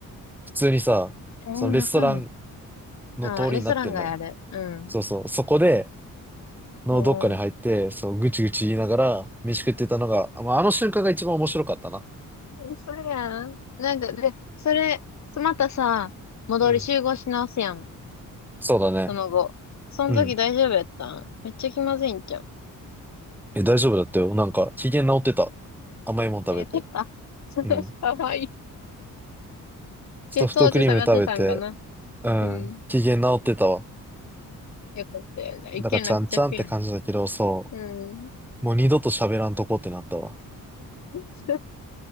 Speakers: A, in the centre; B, on the left.
A: 普通にさ、
B: えー、
A: そのレストラン
B: わかんない。
A: の通りになってんのよ。
B: あレストランがやる。うん。
A: そうそう。そこで、のどっかに入って、
B: えー、
A: そう、ぐちぐち言いながら飯食ってたのが、まあ、あの瞬間が一番面白かったな。
B: <laughs> 嘘やん。なんか、で、それ、またさ、戻り集合し直すやん。
A: うん。そうだね。
B: その後。その時大丈夫やったんめっちゃ気まずいんじゃん。
A: うん。え、大丈夫だったよ。なんか、機嫌治ってた。甘いもん食べて。
B: あ、やってた <laughs>
A: うん。
B: かわいい。
A: ソフトクリーム食べて、
B: 血糖値下がってたんかな
A: うん。
B: うん。
A: 機嫌治ってたわ。
B: よかったよ。じゃあ、一件落着や。
A: だから、ちゃんちゃんって感じだけど、そ
B: うん。
A: う。もう二度と喋らんとこってなったわ。
B: <laughs>